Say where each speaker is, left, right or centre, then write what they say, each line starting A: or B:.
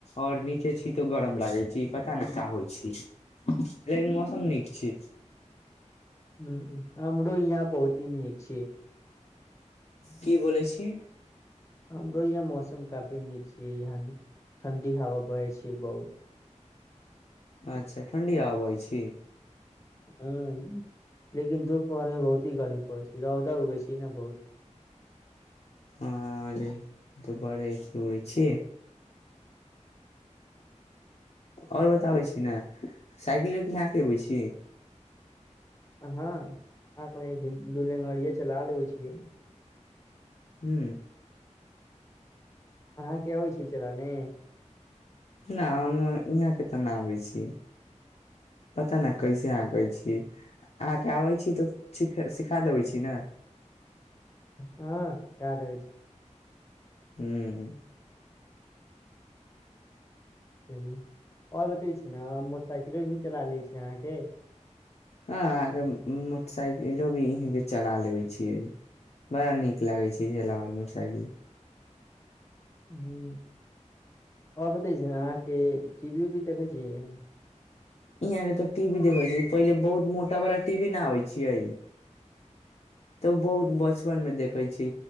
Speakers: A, on the left; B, on the left.
A: और नीचे छी तो गरम लागे छी पता ने का होइ छै मौसम नीक छै
B: ह आ यहाँ पहुँची नीक छै
A: की बोलै छी
B: हमरो यहाँ मौसम काफी नीक छियै यहाँ ठण्डी हवा बहै छै बहुत
A: अच्छा ठण्डी बैह छी
B: हँ लेकिन दुपहरमे बहुत ही गर्मी पड़ै छै रौदा उगै छै ने बहुत
A: आरे त बड़े घै छी आओर बताबै छी ने साइकिलो किह के लबै छी
B: हँ आक दुलेगड़े चला लेबै छियै
A: हू
B: अहाँके अबैत छै चलाने
A: नहि हम यहाँ के तऽ नहि आबैय छी पता नहि कैसे अहाँ कहय छी अहाँके आबैय छी तऽ सिखा देबैय छी ने
B: हँ याद होइ छी
A: हू
B: चल और बतै छी ने मोटरसाइकिलो भी चला लेै छी अहाँके
A: हँ अहाँके मोटरसाइकिलो भी इ के चला लेबे छियै बड़ा नीक लागे छै चलाबयमे मोटरसाइकिल
B: ह आओर बतै छी अहाँके टी वी उवी देखै छीहि
A: यहा के तऽ टीवी देखे छै पहिले बहुत मोटा बाला टीवी न आबै छैै तऽ बहुत बचपन मे देखै छै